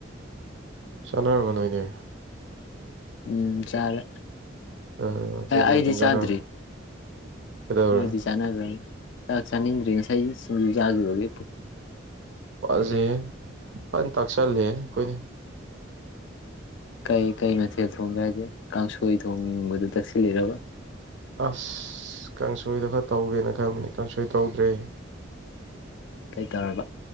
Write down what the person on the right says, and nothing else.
ꯆꯥꯅꯔꯕ ꯅꯣꯏꯗꯤ
ꯑ ꯀꯩꯀꯩ
ꯃꯊꯦꯜ ꯆꯥꯅꯔꯦ
ꯀꯩꯗꯧꯔꯦ
ꯎꯝꯁꯦ ꯐꯅ ꯇꯥꯛꯁꯜꯂ ꯑꯩꯈꯣꯏꯅꯦ
ꯑꯁ ꯀꯥꯡꯁꯣꯏꯗꯣ ꯈꯔ ꯇꯧꯒꯦꯅ ꯈꯟꯕꯅꯤ ꯀꯥꯡꯁꯣꯏ ꯇꯧꯗ꯭ꯔꯦ